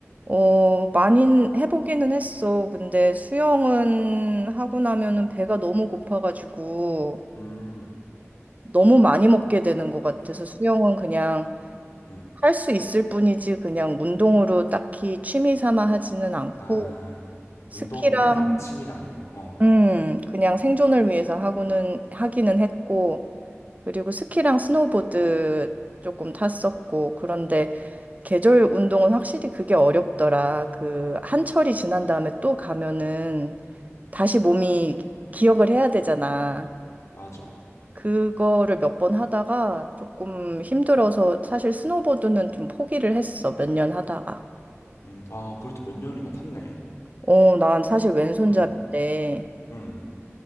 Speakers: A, on the right (about 30°); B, on the left (about 80°).
A: 어, 많이 해보기는 했어. 근데 수영은 하고 나면은 배가 너무 고파가지고
B: 음,
A: 너무 많이 먹게 되는 것 같아서 수영은 그냥
B: 음.
A: 할 수 있을 뿐이지 그냥 운동으로 딱히 취미 삼아 하지는 않고
B: 아,
A: 스키랑,
B: 운동인데 약간 취미는 아니고. 어,
A: 음, 그냥 생존을 위해서 하고는 하기는 했고 그리고 스키랑 스노보드 조금 탔었고 그런데 계절 운동은 확실히 그게 어렵더라. 그 한철이 지난 다음에 또 가면은 다시 몸이 기억을 해야 되잖아.
B: 맞아.
A: 그거를 몇 번 하다가 조금 힘들어서 사실 스노보드는 좀 포기를 했어. 몇 년 하다가.
B: 음, 아, 그래도 몇 년이나 탔네.
A: 어, 난 사실 왼손잡이인데
B: 음, 음,